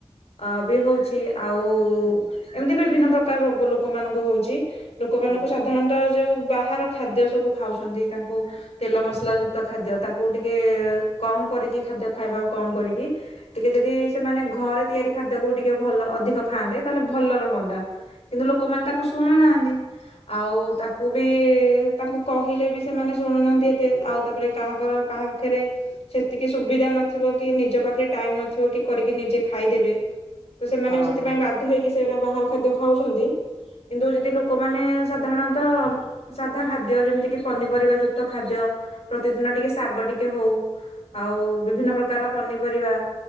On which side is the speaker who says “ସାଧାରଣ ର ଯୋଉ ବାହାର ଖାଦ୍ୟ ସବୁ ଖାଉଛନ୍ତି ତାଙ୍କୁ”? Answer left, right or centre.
Left